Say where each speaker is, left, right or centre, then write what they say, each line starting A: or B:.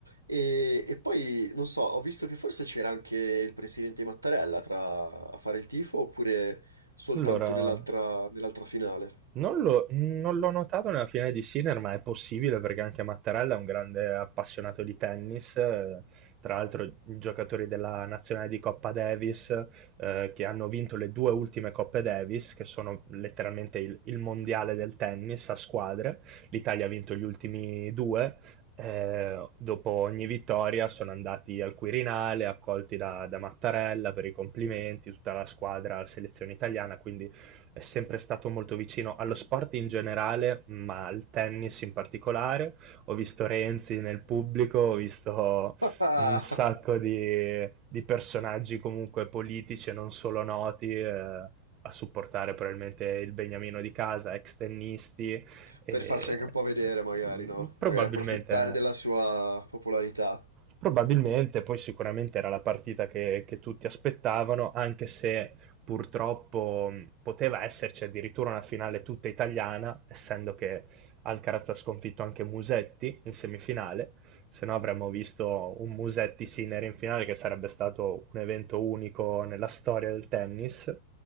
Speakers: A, on the right; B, on the right.
A: E, e poi, non so, ho visto che forse c'era anche il presidente Mattarella tra- a fare il tifo oppure soltanto
B: Allora,
A: nell'altra nell'altra finale.
B: Non l'ho non l'ho notato nella finale di Sinner, ma è possibile perché anche Mattarella è un grande appassionato di tennis, eh, tra l'altro giocatori della nazionale di Coppa Davis, eh, che hanno vinto le due ultime Coppe Davis, che sono letteralmente il, il mondiale del tennis a squadre. L'Italia ha vinto gli ultimi due. eh, dopo ogni vittoria sono andati al Quirinale, accolti da, da Mattarella per i complimenti, tutta la squadra, la selezione italiana, quindi è sempre stato molto vicino allo sport in generale, ma al tennis in particolare. Ho visto Renzi nel pubblico, ho visto
A: <laughs>
B: un sacco di, di personaggi comunque politici e non solo noti. eh, A supportare probabilmente il Beniamino di casa, ex tennisti, e,
A: Per farsi anche un po' vedere magari,
B: mm,
A: no?
B: probabilmente
A: Magari approfittare della sua popolarità.
B: Probabilmente, poi sicuramente era la partita che, che tutti aspettavano, anche se purtroppo mh, poteva esserci addirittura una finale tutta italiana, essendo che Alcaraz ha sconfitto anche Musetti in semifinale, se no avremmo visto un Musetti Sinner in finale che sarebbe stato un evento unico nella storia del tennis.